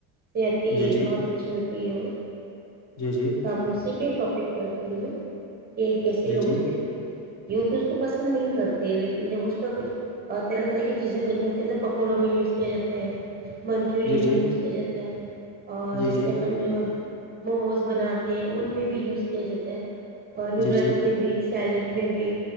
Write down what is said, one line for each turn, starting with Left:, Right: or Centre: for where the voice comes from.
Right: صحت کے
Left: جی
Right: لیے
Left: جی
Right: بھی بہت اچھی ہوتی <inaudible>
Left: جی جی
Right: ت موسی پ ٹاپک پر جے <inaudible> کہ کیسے
Left: جی
Right: لوگ
Left: جی
Right: اس کے <inaudible> یہ تو اس کو پسند نہیں کرتے لیکن جب اس کا کچھ طرح طرح کی چیزیں بن جاتی ہے جب پکوڑوں میں یوز کیا جاتا ہے منچورین
Left: جی جی
Right: میں یوز کیا جا <inaudible> اور
Left: جی
Right: جیسے
Left: جی
Right: اپن نے اور <inaudible> موموز بناتے ہیں ان میں بھی یوز کیا جاتا <inaudible> اور نوڈلس
Left: جی جی
Right: میں بیس <inaudible> سیلیڈ میں بھی